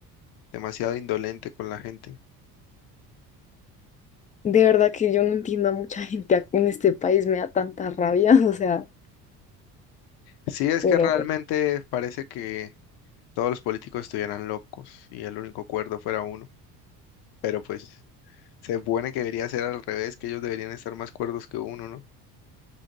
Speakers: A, on the left; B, on the left.
A: demasiado indolente con la gente.
B: De verdad que yo no entiendo a mucha gente en este país, me da tanta rabia, <laughs> o sea.
A: Sí, es
B: pero
A: que realmente parece que todos los políticos estuvieran locos y el único cuerdo fuera uno. Pero pues se supone que debería ser al revés, que ellos deberían estar más cuerdos que uno, ¿no?